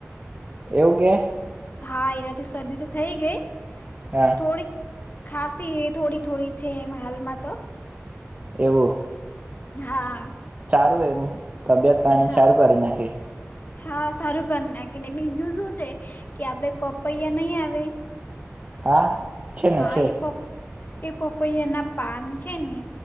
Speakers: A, on the right (about 30°); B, on the left (about 40°).
A: એવું કે.
B: હા એના થી શરદી તો થઈ ગઈ
A: હા
B: થોડીક ખાસ થોડી થોડી છે. હાલમાં તો.
A: એવું.
B: હા.
A: હવે એમ. તબિયત પાણી
B: હા
A: સારું કરી નાંખે.
B: હા સારૂ કરી નાખી ને બીજું શું છે. કે આપડે પપૈયા નઈઆવે.
A: હા. છે
B: હા,
A: ને છે
B: એ તો. એ પપૈયાના પાન છે ને